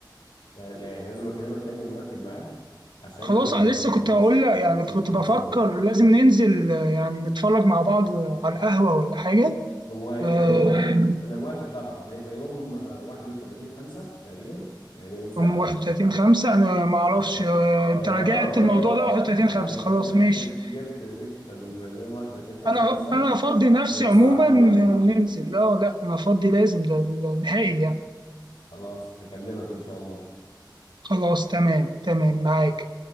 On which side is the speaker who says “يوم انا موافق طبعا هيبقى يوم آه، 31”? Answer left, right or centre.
Left